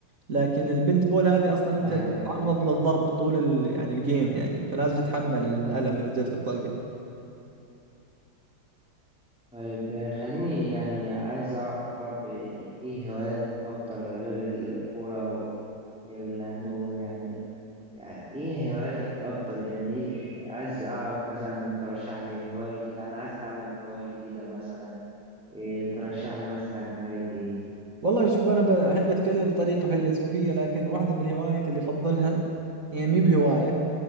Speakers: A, on the right; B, in the centre.
A: لكن البنت بول هذه أصلا أنت
B: أيوه
A: تتعرض
B: فاهم
A: للضرب طول ال يعني الجيم يعني فلازم تتحمل الألم إذا جاتك الطلقة
B: طيب خليني يعني عايز أعرف إيه هوايات أكتر غير الكورة و- والهاند بول يعني يعني ايه هواياتك اكتر يعني إيه عايز اعرف مثلا ترشح لي هواية جديدة انا عايز اتعلم هواية جديدة مثلا إيه ترشح لي مثلا هواية ايه
A: والله شوف أنا ب- الحين بتكلم بطريقة فيلسوفية لكن واحدة من الهوايات اللي أفضلها هي مي بهواية